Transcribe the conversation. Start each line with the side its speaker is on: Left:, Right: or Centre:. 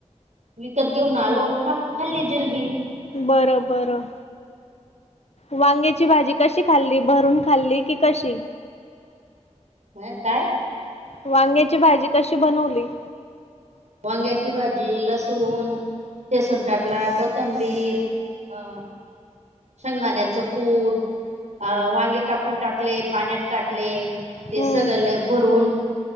Right: विकत घेऊन आलो खाल्ली जिलबी
Left: बरं, बरं वांग्याची भाजी कशी खाल्ली भरून खाल्ली की कशी
Right: म्हया काय
Left: वांग्याची भाजी कशी बनवली?
Right: वांग्याची भाजी लसूण लसून टाकला कोथंबीर अ शेंगदाण्याचं कूट अं वांगे कापून टाकले पाण्यात टाकले ते
Left: हं,
Right: सगळंलेप भरून